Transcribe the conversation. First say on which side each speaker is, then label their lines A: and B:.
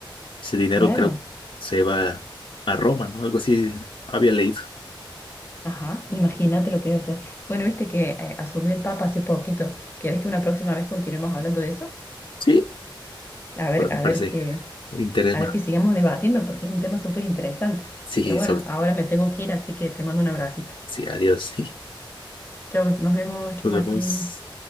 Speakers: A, on the left (about 85°); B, on the left (about 25°).
A: Ese dinero
B: claro.
A: creo se va a Roma, ¿no? Algo así había leído.
B: Ajá, imagínate lo que debe ser. Bueno, viste que eh, asumió el Papa hace poquito. ¿Querés que una próxima vez continuemos hablando de eso?
A: Sí,
B: A ver,
A: pero me
B: a
A: parece
B: ver qué,
A: un interés
B: a
A: más.
B: ver que sigamos debatiendo porque es un tema súper interesante.
A: Sí,
B: Pero bueno,
A: sobre...
B: ahora me tengo que ir, así que te mando un abracito.
A: Sí, adiós.
B: Chao, nos vemos, chao
A: <laughs> Nos
B: Martín.
A: vemos.